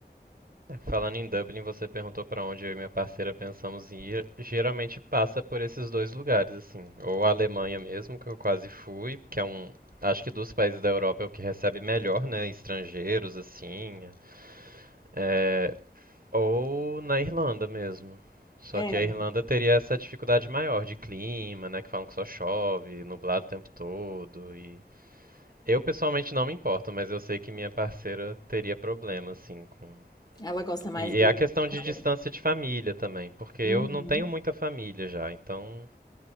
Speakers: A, on the right; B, on the left.
A: É, Falando em Dublin, você perguntou pra onde eu e minha parceira pensamos em ir. Geralmente passa por esses dois lugares, assim. Ou a Alemanha mesmo, que eu quase fui, que é um. Acho que dos países da Europa é o que recebe melhor, né? Estrangeiros, assim. É, ou na Irlanda mesmo. Só
B: É,
A: que a Irlanda teria essa dificuldade maior de clima, né? Que falam que só chove, nublado o tempo todo. E eu pessoalmente não me importo, mas eu sei que minha parceira teria problema, assim, com
B: ela gosta mais
A: e
B: do,
A: é a questão
B: do calor.
A: de distância de família também, porque eu
B: Uhum.
A: não tenho muita família já, então